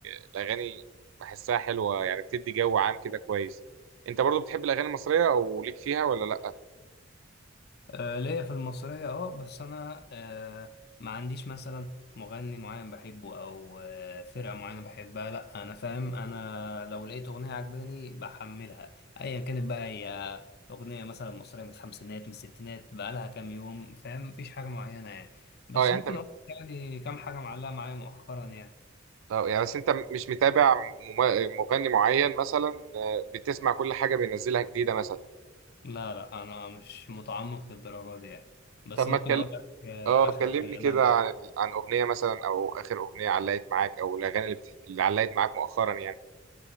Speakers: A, on the right; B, on the left.
A: الأغاني بحسها حلوة يعني بتدي جو عام كده كويس أنت برضو بتحب الأغاني المصرية أو ليك فيها ولا لأ؟
B: آه، ليا في المصرية اه بس انا آه، ما عنديش مثلا مغني معين بحبه او آه، فرقة معينة بحبها لا انا فاهم انا لو لقيت اغنية عجباني بحملها ايا كانت بقى هي اغنية مثلا مصرية من الخمسينات من الستينات بقالها كام يوم فاهم مفيش حاجة معينة يعني بس
A: أه يعني
B: ممكن
A: أنت
B: اقول يعني كام حاجة معلقة معايا مؤخرا يعني
A: أه يعني بس أنت مش متابع مم- مغني معين مثلا آه، بتسمع كل حاجة بينزلها جديدة مثلا
B: لا لا انا مش متعمق للدرجة دي يعني بس
A: طب ما
B: ممكن
A: تكلمني
B: اقول لك آه،
A: اه
B: اخر
A: كلمني
B: حاجة معلقة
A: كده
B: معايا
A: عن عن اغنيه مثلا او اخر اغنيه علقت معاك او الاغاني اللي, بتح... اللي علقت معاك مؤخرا يعني